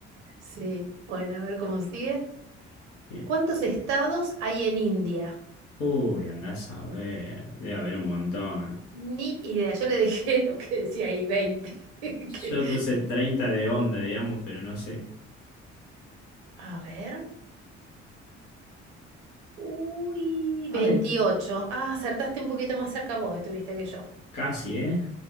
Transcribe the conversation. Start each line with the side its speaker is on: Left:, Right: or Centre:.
Right: Sí, bueno, a ver cómo sigue.
Left: Bien.
Right: ¿Cuántos estados hay en India?
Left: Uy, andás a ver, debe haber un montón.
Right: Ni idea. Yo le dejé lo que decía ahí, 20 <laughs> que-
Left: Yo le puse 30 de onda, digamos, pero no sé.
Right: A ver. Uy,
Left: Ay,
Right: veintiocho Ah, acertaste un poquito más cerca vos, estuviste que yo.
Left: casi, ¿eh?